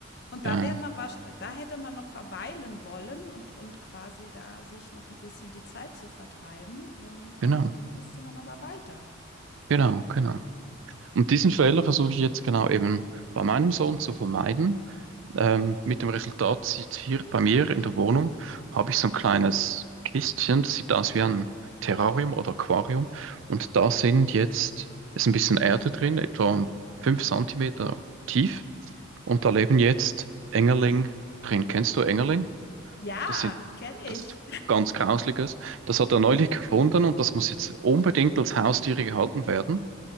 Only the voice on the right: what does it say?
Ja,
genau,
genau, genau. Und diesen Fehler versuche ich jetzt genau eben bei meinem Sohn zu vermeiden. Ähm, mit dem Resultat sieht hier bei mir in der Wohnung, habe ich so ein kleines Kistchen, das sieht aus wie ein Terrarium oder Aquarium. Und da sind jetzt, ist ein bisschen Erde drin, etwa fünf Zentimeter tief. Und da leben jetzt Engerling drin. Kennst du Engerling?
Das sind,
das
ist ganz Grausliches. Das hat er neulich gefunden und das muss jetzt unbedingt als Haustiere gehalten werden.